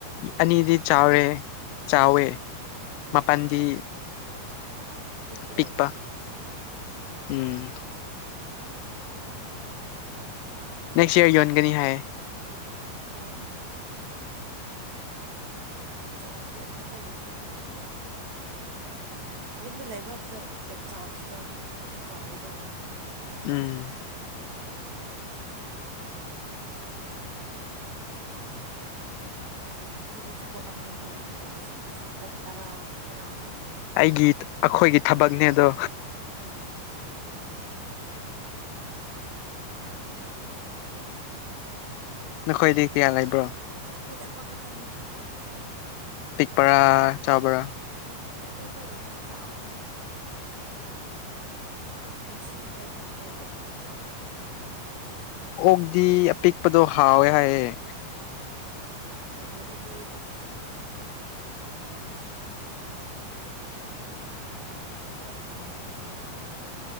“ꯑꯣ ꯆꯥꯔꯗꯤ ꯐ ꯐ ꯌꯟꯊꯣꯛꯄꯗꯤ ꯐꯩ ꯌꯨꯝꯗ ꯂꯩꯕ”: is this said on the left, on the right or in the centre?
Right